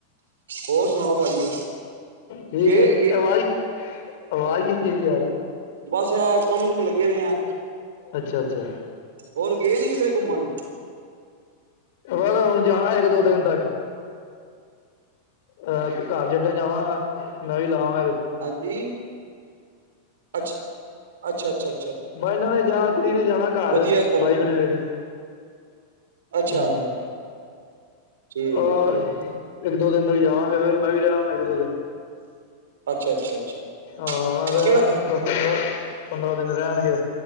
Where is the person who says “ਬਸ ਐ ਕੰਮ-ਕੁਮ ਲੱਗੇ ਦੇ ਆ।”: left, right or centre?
Right